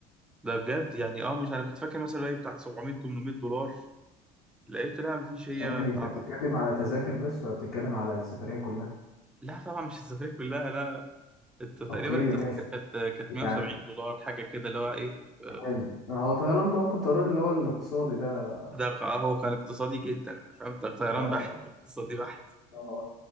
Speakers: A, in the centre; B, on the left.
A: ده بجد يعني اه مش انا كنت فاكر مثلا ايه بتاع 700 800 دولار لقيت لا مفيش هي
B: ثواني
A: بتاع
B: انت بتتكلم على تذاكر بس ولا بتتكلم على السفرية كلها
A: لا طبعا مش السفرية كلها لا لا انت تقريبا
B: اوكي
A: التذاكر
B: ماشي
A: كانت كانت 170
B: يعني
A: دولار حاجه كده اللي هو ايه آه،
B: حلو هو طيران بقى ممكن طيران اللي هو الاقتصادي ده
A: ده هو كان اقتصادي جدا فهمت طيران
B: اه
A: بحت اقتصادي بحت
B: اه آه.